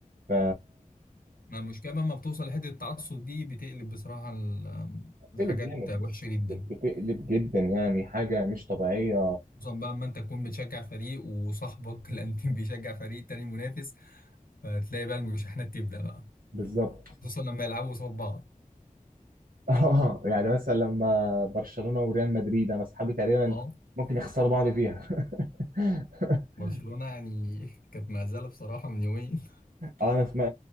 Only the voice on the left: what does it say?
ما المشكلة لما بتوصل لحتة التعصب دي بتقلب بصراحة ال-
الحاجات
وحشة جدا
خصوصا بقى اما انت تكون بتشجع فريق وصاحبك <laughs> الانتيم بيشجع فريق تاني منافس فتلاقي بقى المشاحنات تبدأ بقى
خصوصا لما يلعبوا قصاد بعض
اه
برشلونة يعني <laughs> كانت مهزلة بصراحة من يومين <laughs>